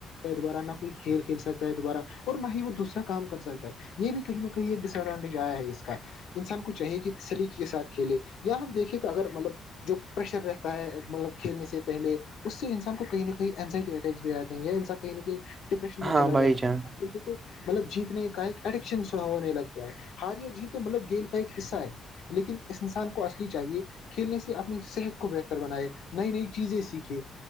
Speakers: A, on the left; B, on the right.
A: دوارہ نہ کوئی کھیل کھیل سکتا ہے دوبارہ اور نہ ہی وہ دوسرا کام کر سکتا ہے یہ بھی کہیں نہ کہیں ایک ڈس ایڈوانٹیج آیا ہے اس کا انسان کو چاہیے کہ سلیقے کے ساتھ کھیلے یا ہم دیکھیں تو اگر مطلب جو پریشر رہ تا ہے مطلب کھیلنے سے پہلے اس سے انسان کو کہیں نہ کہیں اینزائٹی اٹیکس بھی آتے ہیں یا انسان کہیں نہ کہیں ڈپریشن میں
B: ہاں
A: چلا
B: بھائی
A: جاتا
B: جان
A: ہے دیکھے تو مطلب جیتنے کا ایک ایڈکشن سو ہونے لگ رہا ہے ہار یا جیت تو مطلب گیم کا ایک حصہ ہے لیکن اس انسان کو اصلی چاہیے کھیلنے سے اپنی صحت کو بہتر بنائے نئی نئی چیزیں سیکھیں